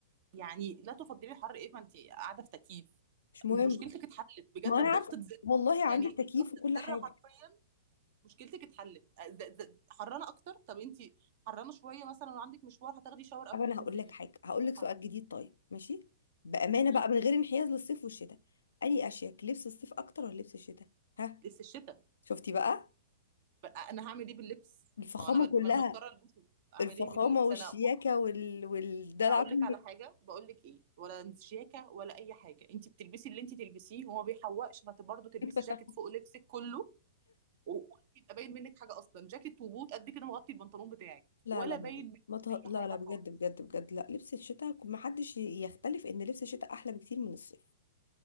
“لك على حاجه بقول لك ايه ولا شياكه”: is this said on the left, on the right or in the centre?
Right